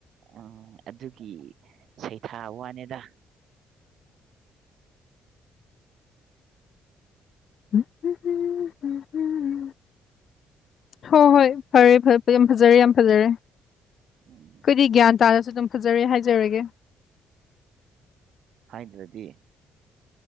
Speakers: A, on the right; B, on the left.
A: ꯎ ꯑꯗꯨꯒꯤ ꯁꯩꯊꯥ ꯋꯥꯅꯦꯗ
B: <unintelligible> ꯍꯣ ꯍꯣꯏ ꯐꯔꯦ ꯌꯥꯝ ꯐꯖꯔꯦ ꯌꯥꯝ ꯐꯖꯔꯦ
A: ꯎꯝ
B: ꯑꯈꯣꯏꯗꯤ ꯒ꯭ꯌꯥꯟ ꯇꯥꯔꯁꯨ ꯑꯗꯨꯝ ꯐꯖꯔꯦ ꯍꯥꯏꯖꯔꯒꯦ
A: ꯍꯥꯏꯗ꯭ꯔꯗꯤ